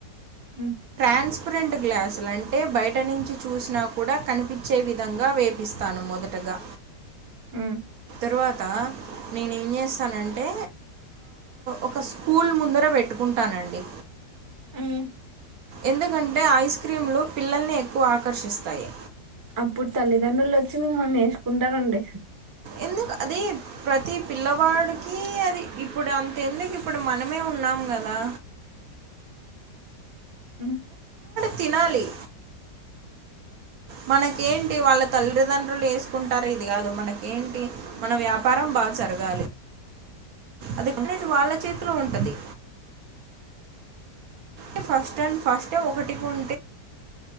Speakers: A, on the right; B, on the right.
A: ఉ
B: ట్రాన్స్పరెంట్ గ్లాసులు అంటే బయట నుంచి చూసినా కూడా కనిపించే విధంగా వేపిస్తాను మొదటగా
A: ఉ
B: తరువాత నేను ఏం చేస్తానంటే ఒక స్కూల్ ముందర పెట్టుకుంటానండి
A: ఉమ్
B: ఎందుకంటే ఐస్ క్రీంలు పిల్లల్ని ఎక్కువ ఆకర్షిస్తాయి
A: అప్పుడు తల్లిదండ్రులు వచ్చి మిమ్మల్ని ఏసుకుంటారండి
B: ఎందుకు అద ప్రతి పిల్లవాడికి అది ఇప్పుడు అంత ఎందుకు ఇప్పుడు మనమే ఉన్నాం కదా
A: ఉ
B: తినాలి మనకేంటి వాళ్ళ తల్లిదండ్రులు వేసుకుంటారు ఇది కాదు మనక ఏేంటి మన వ్యాపారం బాగా జరగాలి అదినేది వాళ్ళ చేతిలో ఉంటది ఏ ఫస్టండ్ ఫస్ట్ ఒకటి ప